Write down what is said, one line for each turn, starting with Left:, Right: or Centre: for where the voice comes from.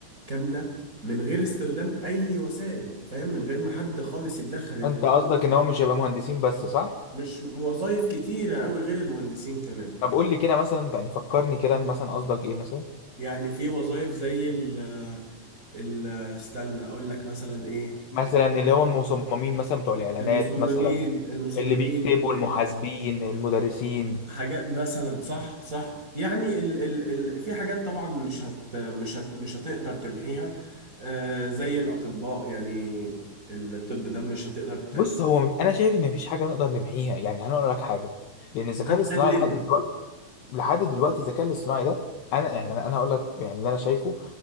Right: كاملة من غير استخدام اي وسائل فاهم من غير ما حد خالص يتدخل انت
Left: انت
Right: ب-
Left: قصدك ان هو مش هيبقى مهندسين بس صح
Right: مش وظائف كتيرة قوي غير المهندسين كمان
Left: طب قول لي كده مثلا يعني فكرني كده مثلا قصدك ايه مثلا
Right: يعني في وظائف زي ال ال استنى اقول لك مثلا ايه
Left: مثلا اللي هو المصممين مثلا بتوع الاعلانات
Right: المصممين
Left: مثلا
Right: المصممين
Left: اللي بيكتبوا المحاسبين المدرسين
Right: الحاجات مثلا صح صح يعني ال ال ال في حاجات طبعا مش هت مش هت مش هتقدر تمحيها آه زي الاطباء يعني الطب ده مش هتقدر ت-
Left: بص هو انا شايف ان مفيش حاجه نقدر نمحيها يعني انا اقول لك حاجه لان الذكاء
Right: هتقللها
Left: الاصطناعي لحد دلوقتي لحد دلوقتي الذكاء الاصطناعي ده انا يعني انا أنا هقول لك يعني اللي انا شايفه